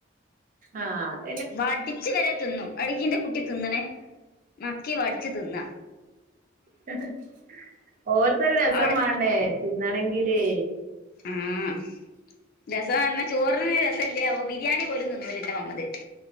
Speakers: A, on the right (about 45°); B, on the left (about 50°).
A: ആഹ്
B: വടിച്ച് വരെ തിന്നും അടുക്കിന്റെ കുട്ടി തിന്നണേ. നക്കി വടിച്ചു തിന്നാ.
A: ഹ്ഹ് ഓൾക്കൊരു രസം
B: അവിടെ
A: വാണ്ടേ തിന്നണെങ്കില്.
B: ആഹ രസാന്നാ ചോറിന് രസഇല്യാ ഓ ബിരിയാണി പോലും തിന്നൂല്ല എന്റെ നമ്മത്.